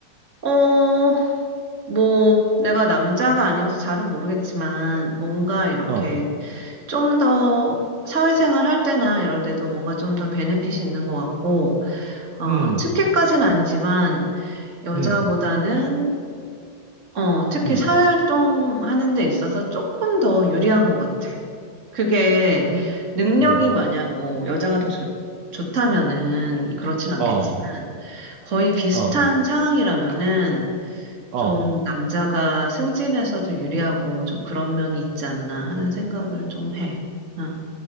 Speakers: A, on the right (about 30°); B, on the right (about 80°).
A: 어, 뭐, 내가 남자가 아니어서 잘은 모르겠지만, 뭔가 이렇게
B: 어,
A: 좀 더 사회생활 할 때나 이럴 때도 뭔가 좀 더 베네핏이 있는 것 같고, 어,
B: 음,
A: 특혜까지는 아니지만, 여자보다는
B: 음,
A: 어, 특히
B: 음,
A: 사회활동하는 데 있어서 조금 더 유리한 것 같아. 그게
B: 음,
A: 능력이
B: 음,
A: 만약 뭐 여자가 더 좋, 좋다면은 그렇진 않겠지만
B: 어,
A: 거의 비슷한
B: 어,
A: 상황이라면은
B: 어,
A: 좀 남자가 승진에서도 유리하고 좀 그런 면이 있지 않나 하는 생각을 좀 해. 응.